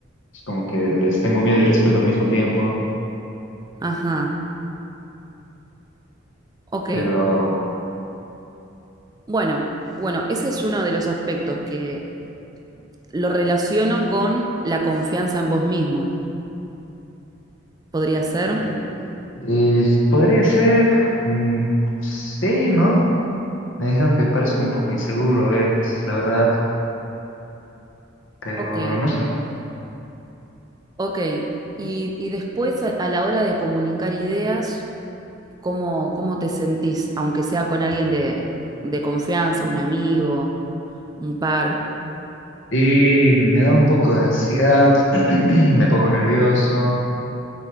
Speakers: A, on the left (about 75°); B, on the right (about 20°).
A: es como que les tengo miedo y respeto al mismo tiempo,
B: Ajá, ok.
A: pero...
B: Bueno, bueno, ese es uno de los aspectos que lo relaciono con la confianza en vos mismo. ¿Podría ser?
A: Y, y podría ser, mm, sí, ¿no? Me dijeron que parezco un poco inseguro a veces, la verdad, pero
B: Ok,
A: no sé.
B: ok. Y, y después a a la hora de comunicar ideas. ¿Cómo, cómo te sentís? Aunque sea con alguien de, de confianza, un amigo, un par.
A: Y me da un poco de ansiedad, <clears throat> me pongo nervioso.